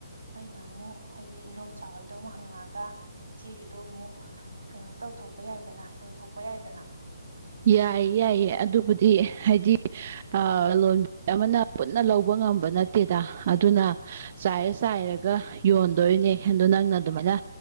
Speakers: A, on the right; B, on the right.
A: ꯑꯩꯅ ꯑꯃꯨꯛ ꯍꯥꯏꯗꯤ ꯏꯟꯗꯣꯝꯆꯥ ꯍꯣꯏꯗꯣ ꯑꯃꯨꯛ ꯍꯪꯉꯛꯑꯒ ꯏꯆꯦꯒꯤꯗꯣ ꯑꯃꯨꯛ ꯀꯩꯅꯣ ꯇꯧꯊꯣꯛꯄ ꯌꯥꯏꯗꯅ ꯌꯣꯟꯊꯣꯛꯄ ꯌꯥꯏꯗꯅ
B: ꯌꯥꯏꯌꯦ ꯌꯥꯏꯌꯦ ꯑꯗꯨꯕꯨꯗꯤ ꯍꯥꯏꯗꯤ ꯑ ꯂꯣꯟꯕꯤ ꯑꯃꯅ ꯄꯨꯟꯅ ꯂꯧꯕ ꯉꯝꯕ ꯅꯠꯇꯦꯗ ꯑꯗꯨꯅ ꯆꯥꯏꯔ ꯆꯥꯏꯔꯒ ꯌꯣꯟꯗꯣꯏꯅꯦ ꯑꯗꯣ ꯅꯪꯅ ꯑꯗꯨꯃꯥꯏꯅ